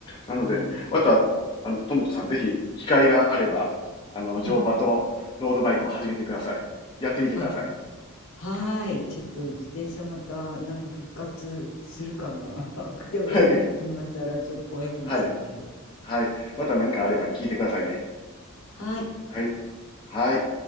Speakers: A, on the left; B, on the left.
A: なので、
B: うん。
A: また、あの、ともこさん、ぜひ、機会があれば、あの、
B: うん。
A: 乗馬とロードバイクを始めてください。やってみてください。
B: あ、はーい。ちょっと自転車またなんか復活するかな。<laughs> なんかでも今更ちょっと怖い気もするけど。
A: はい。はい。はい。また何かあれば聞いてくださいね。
B: はーい。
A: はい。はい。